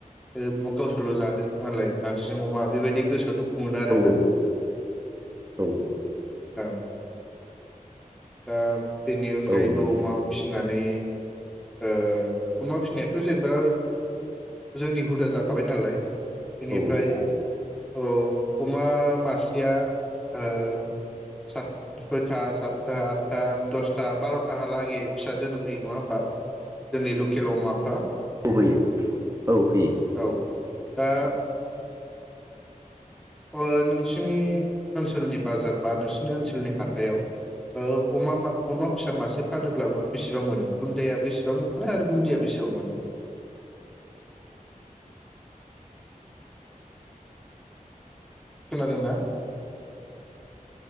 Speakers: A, in the centre; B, on the right.
A: ओ गावसोरल'
B: औ
A: मोनो आरोना
B: औ औ औ।
A: औ औ दा बेनि अनगायैबो
B: औ मोनो
A: अमा फिसिनानै ओ अमा फिसिनायाथ' जेनेबा जोंनि हुदा जाखाबाय नालाय बेनिफ्राय
B: औ
A: औ। अमा मासेया ओ सत सयथा सातथा आदथा दसथा बार‌थाहालागै फिसा जोनोम होयो नङा होमबा? जोंनि लकेल अमाफ्रा
B: औ होयो औ होयो।
A: औ दा ओ नोंसिनि ओनसोलनि बाजार बा नोंसिनि ओनसोलनि हाथायाव ओ अमा अमा फिसा मासे फानोब्लाबो बेसेबां मोनो? बुन्दाया बेसेबां मोनो आरो बुन्दिया बेसेबां मोनो? खोनादोंना?